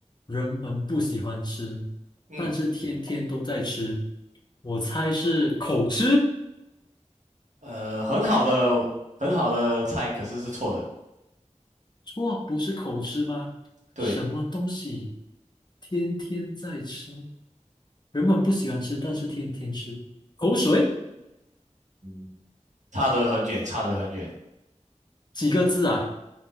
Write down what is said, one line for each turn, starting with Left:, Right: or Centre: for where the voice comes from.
Left: 人们不喜欢吃，
Right: 嗯，
Left: 但是天天都在吃？我猜是口吃。
Right: 呃，很好的，很好的猜，可是是错的。
Left: 错，不是口吃吗？
Right: 对，
Left: 什么东西天天在吃，人们不喜欢吃，但是天天吃？口水？
Right: 嗯差得很远，差得很远。
Left: 几个字啊？